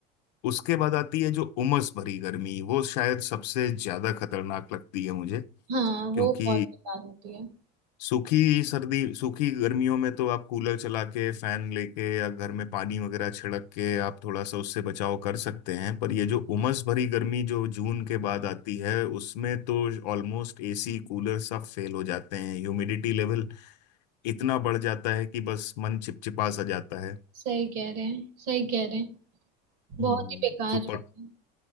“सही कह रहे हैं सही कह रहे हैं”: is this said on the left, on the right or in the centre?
Right